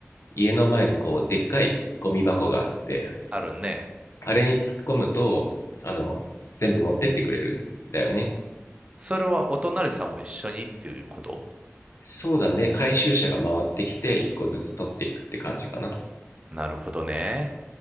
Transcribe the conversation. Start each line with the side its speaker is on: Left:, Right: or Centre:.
Left: 家の前にこう、でっかいゴミ箱があって、
Right: あるね。
Left: あれに突っ込むと、あの、全部持ってってくれるんだよね。
Right: それはお隣さんも一緒にっていうこと
Left: そうだね、回収車が回ってきて、一個ずつ取っていくって感じかな。
Right: なるほどね。